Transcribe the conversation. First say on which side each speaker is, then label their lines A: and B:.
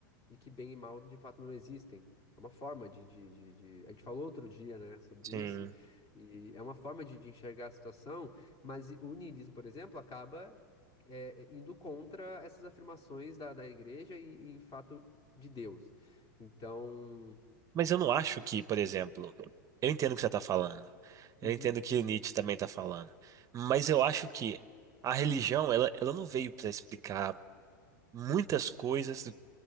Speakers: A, on the left; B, on the right.
A: e que bem e mal de fato não existem. É uma forma de, de, de- de- A gente falou outro dia, né, sobre
B: sim.
A: isso, e é uma forma de, de enxergar a situação, mas o niilismo, por exemplo, acaba é, indo contra essas afirmações da, da igreja e, e, em fato, de Deus. Então.
B: Mas eu não acho que, por exemplo, eu entendo o que você está falando. Eu
A: uhum.
B: entendo o que o Nietzsche também está falando. Mas eu acho que a religião, ela, ela não veio para explicar muitas coisas do